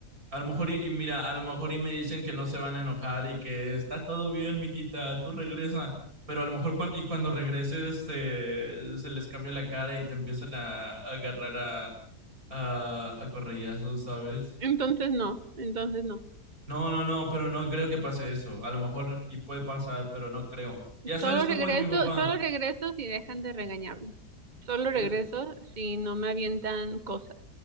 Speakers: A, on the right; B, on the right.
A: A lo mejor, y, y mira, a lo mejor y me dicen que no se van a enojar y que está todo bien, mijita, tú regresa. Pero a lo mejor, cuan- y cuando regreses, te- se les cambia la cara y te empiezan a, a agarrar a, a, a correllazos, ¿sabes?
B: Entonces no, entonces no.
A: No, no, no, pero no creo que pase eso. A lo mejor, y puede pasar, pero no creo. Ya sabes
B: Solo
A: cómo
B: regreso,
A: es mi papá.
B: solo regreso si dejan de regañarme. Solo
A: Eh,
B: regreso si no me avientan cosas.